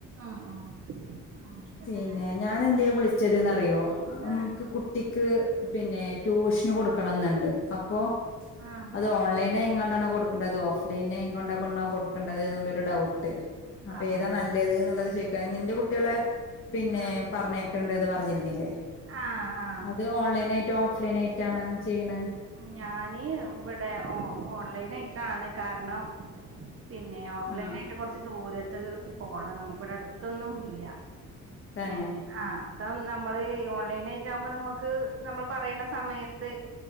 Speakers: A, on the right (about 50°); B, on the left (about 45°).
A: ആഹ് ആഹ് അങ്ങനെയൊക്കെ
B: പിന്നെ
A: തന്നെ
B: ഞാൻ എന്തേ വിളിച്ചതെന്ന് അറിയോ നമക്ക്
A: ആഹ്
B: കുട്ടിക്ക് പിന്നെ ട്യൂഷന് കൊടുക്കണന്നുണ്ട് അപ്പോ
A: ആഹ്
B: അത് ഓൺലൈനായ്ങ്ങാണ്ടാണോ കൊടുക്ക്ണ്ടത് ഓഫ് ലൈനായ്ങ്ങോണ്ടാണോ കൊടുക്കേണ്ടത് എന്നുള്ളൊരു ഡൗട്ട് അപ്പൊ
A: ആഹ്
B: ഏതാ നല്ലത് എന്നുള്ളത് ചോയ്ക്ക നിന്റെ കുട്ടികളെ പിന്നെ
A: ആഹ്
B: പർഞ്ഞയ് ക്കാണ്ട് ന്ന് പർഞ്ഞിരുന്നില്ലേ
A: ആഹ് ആഹ്
B: അത് ഓൺലൈൻ ആയിട്ടോ ഓഫ് ലൈൻ ആയിട്ടാണ് ചെയ്യണ
A: ഞാന് വ്ടെ ഓ ഓൺലൈനായ്ട്ടാണ് കാര്ണം പിന്നെ ഓഫ്
B: ആ
A: ലൈനായിട്ട് കൊർച്ച് ദൂരത്ത്ക്ക് പോണം നമുക്ക് വ്ടെ അടുത്തൊന്നും ഇല്ല
B: തന്നെ
A: ഏ ആ അപ്പം നമ്മള് ഓൺലൈൻ ആയിട്ട് ആകുമ്പോ നമുക്ക് നമ്മൾ പറയണ സമയ ട്ട്